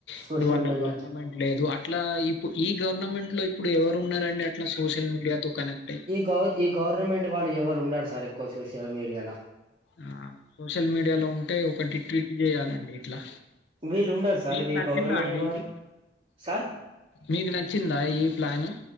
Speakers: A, on the right; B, on the left.
A: సోషల్
B: ఇప్పుడు వాళ్ళ
A: మీడియా
B: గవర్నమెంట్ లేదు అట్లా ఇ ఇప్పు ఈ గవర్నమెంట్ లో ఇప్పుడు ఎవరు ఉన్నారండి అట్లా సోషల్ మీడియాతో కనెక్ట్ అయ్యి
A: ఈ గౌ ఈ గవర్నమెంట్ వాళ్ళు ఎవరు ఉండడు సార్ ఎక్కువ సోషల్ మీడియాల
B: ఆ సోషల్ మీడియాలో ఉంటే ఒకటి ట్వీట్ చేయాలండి ఇట్లా
A: వీళ్ళు ఉండరు సార్
B: మీకు
A: వి
B: నచ్చిందా
A: గవర్నమెంట్
B: అండి
A: వారు
B: ఇది?
A: సార్
B: మీకు నచ్చిందా ఈ ప్లాన్?